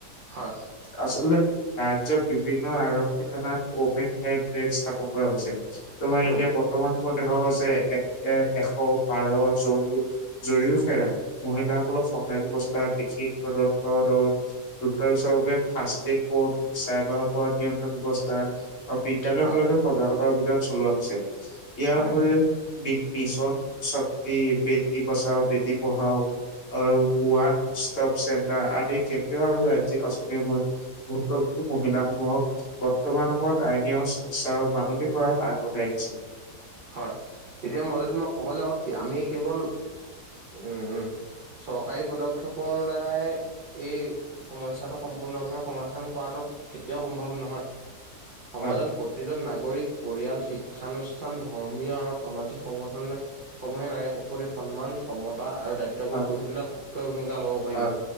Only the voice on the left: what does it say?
আচলতে ৰাজ্যৰ বিভিন্ন আৰক্ষী থানাত অমেন হেল্প ডেক স্থাপন কৰা হৈছে। তোমাৰ
এতিয়া ব- বৰ্তমান সমূয়ত দেখা গৈছে এ এ এশ বাৰ জও জৰিও খেৰা। ফলত সহায় ব্যৱস্থা বেছিক তদন্ত দল - দ্ৰুত বিচাৰৰ বাবে ফাষ্টেক কৰ্ড চাইবাৰ পৰা নিয়ন্ত্ৰণ ব্যৱস্থা - আৰু বিদ্যালয়
কলেজত - সজাগতা অভিযান চলোৱা হৈছে। ইয়াৰ
উপৰিও মিছন - বেটি বেটি বচাও বেটি পঢ়াও। আৰু ওৱান ষ্টপ চেণ্টাৰ আদি কেন্দ্ৰীয় আৰু ৰাজ্যিক আঁচনিসমূহ - ভুক্তভোগী মহিলাসমূহক - বৰ্তমান সময়ত আইনী চিকিৎসা মানসিক সহায়ত আগবঢ়াই আনিছে।
হয়,
হয়,
হয়,